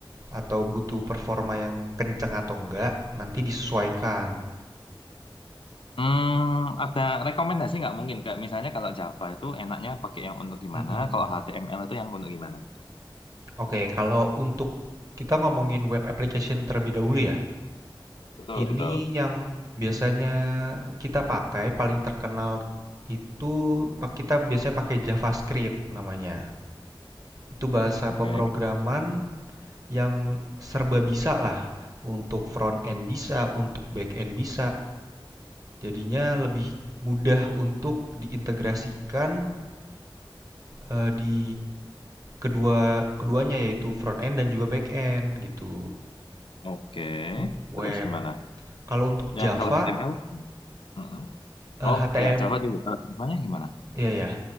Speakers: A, on the right; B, on the left.
A: atau butuh performa yang kenceng atau enggak, nanti disesuaikan.
B: Hmm, ada rekomendasi nggak mungkin? Kayak misalnya kalau Java itu enaknya pakai yang untuk gimana,
A: Mm, mm, mm.
B: kalau HTML itu yang untuk gimana?
A: Oke, kalau untuk kita ngomongin web application terlebih dahulu ya,
B: Betul,
A: ini
B: betul.
A: yang biasanya kita pakai paling terkenal itu kita biasanya pakai JavaScript namanya. Itu bahasa
B: Oke,
A: pemrograman yang serba bisa lah untuk front end bisa, untuk back end bisa. Jadinya lebih mudah untuk diintegrasikan eh, di kedua keduanya yaitu front end dan juga back end gitu.
B: Oke.
A: Untuk web.
B: Terus gimana?
A: Kalau untuk Java
B: Yang kalau HTML? Mm-mm.
A: eh,
B: Oh,
A: HTM
B: ya Java juga. Kalau Javanya gimana?
A: iya ya. ya.